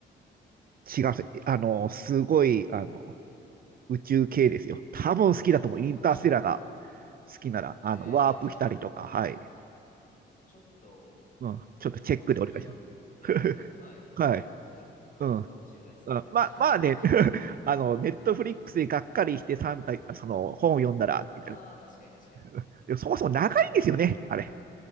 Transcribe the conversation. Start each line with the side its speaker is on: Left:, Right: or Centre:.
Right: 違う、あの、すごい、あの、宇宙系ですよ。多分好きだと思う。
Left: ああ、
Right: インターステラーが
Left: 宇宙き、
Right: 好きなら、あの、
Left: えー、
Right: ワープしたりとか、
Left: じゃあ、
Right: はい。
Left: ちょっと、
Right: うん、ちょっとチェックでお願いします。
Left: もともと気になってもいたんで、
Right: <laughs>
Left: はい、
Right: はい。
Left: ちょっと本当に買うかもしれないですね、
Right: うん。うん、
Left: これ。
Right: まあ、
Left: <laughs>
Right: まあね、<laughs> あの、ネットフリックスでがっかりして3体、あその、本を読んだら、みたいな。
Left: ああ、確かに確かに。
Right: <laughs> でもそもそも長いんですよね、あれ。